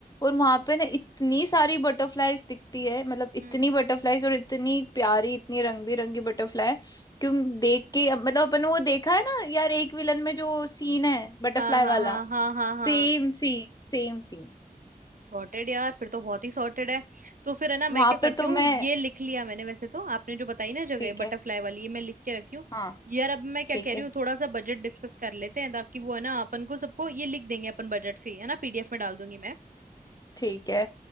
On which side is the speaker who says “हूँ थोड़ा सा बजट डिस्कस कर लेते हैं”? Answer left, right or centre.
Right